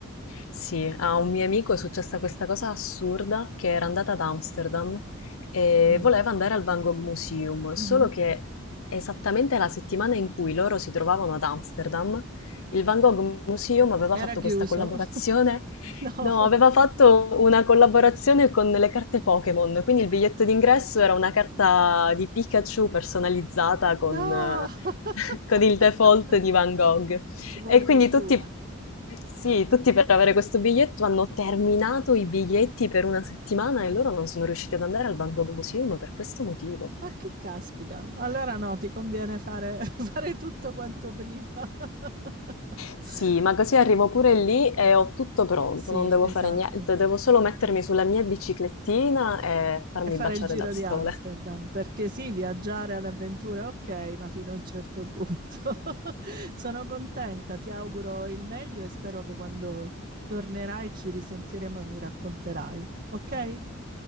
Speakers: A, on the left (about 75°); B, on the right (about 45°).
A: Sì, a un mio amico è successa questa cosa assurda che era andata ad Amsterdam e
B: Mm.
A: voleva andare al Van Gogh Museum, solo
B: Mhm.
A: che esattamente la settimana in cui loro si trovavano ad Amsterdam, il Van Gogh Museum aveva
B: Era
A: fatto
B: chiuso?
A: questa collaborazione
B: <laughs> No.
A: No, aveva fatto una collaborazione con le carte Pokémon, quindi il biglietto d'ingresso era una carta di Pikachu personalizzata con,
B: No!
A: eh, <laughs>
B: <laughs>
A: con il default di Van Gogh.
B: Ci vuole
A: E quindi
B: fortuna.
A: tutti, sì, tutti per avere questo biglietto hanno terminato i biglietti per una settimana e loro non sono riusciti ad andare al Van Gogh Museum per questo motivo.
B: Ma che caspita! Allora no, ti conviene fare, <laughs> fare tutto quanto prima. <laughs>
A: Sì, ma così arrivo pure lì e ho tutto pronto,
B: Sì,
A: non devo
B: esatto.
A: fare niente, devo solo mettermi sulla mia biciclettina e farmi
B: E fare
A: baciare
B: il giro
A: dal
B: di
A: sole.
B: Amsterdam, perché sì, viaggiare all'avventura è ok, ma fino a un certo punto. <laughs> Sono contenta, ti auguro il meglio e spero che quando tornerai ci risentiremo e mi racconterai, ok?